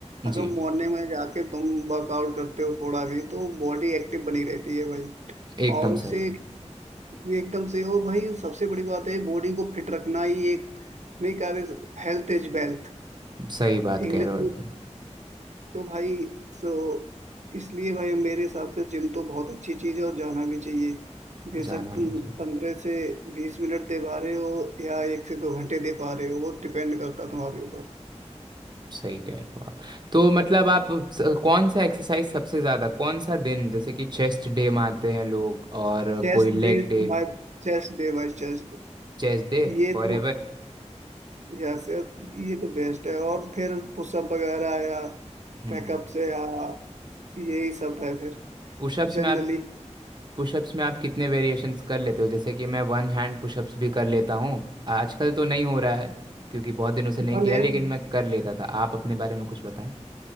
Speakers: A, on the right (about 40°); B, on the right (about 75°).
A: है
B: अगर
A: जी
B: मॉर्निंग में जाके तुम वर्कआउट करते हो थोड़ा भी तो बॉडी एक्टिव बनी रहती है भाई
A: एकदम
B: और उससे
A: सही
B: ये एकदम से और भाई सबसे बड़ी बात है बॉडी को फिट रखना ही एक नहीं कहा हेल्थ इज वेल्थ
A: सही बात
B: इंग्लिश
A: कह रहे हो एकदम
B: में तो भाई सो इसलिए भाई मेरे हिसाब से जिम तो बहुत अच्छी चीज है और जाना भी चाहिए बेशक
A: जाना
B: तुम
A: भी जी
B: पंद्रह से बीस मिनट दे पा रहे हो या एक से दो घंटे दे पा रहे हो वो डिपेंड करता है तुम्हारे ऊपर
A: सही कह रहे हो आप तो मतलब आप स- कौन सा एक्सरसाइज सबसे ज़्यादा कौन सा दिन जैसे कि चेस्ट डे मारते हैं लोग और
B: Chest
A: कोई leg
B: day
A: day
B: by chest day by chest
A: Chest day
B: ये
A: for
B: तो यस ये तो बेस्ट है और फिर पुशअप वगैरह या
A: हम्म
B: बैकअप
A: Hmm
B: से या यही सब है फिर
A: Pushups
B: जनरली
A: में आप पुशअप्स में आप कितने वेरिएशंस कर लेते हो जैसे कि मैं वन हैंड पुशअप्स भी कर लेता हूँ आजकल तो नहीं हो रहा है क्योंकि बहुत दिनों से नहीं
B: वन
A: किया
B: हैंड
A: लेकिन मैं कर लेता था आप अपने बारे में कुछ बताएं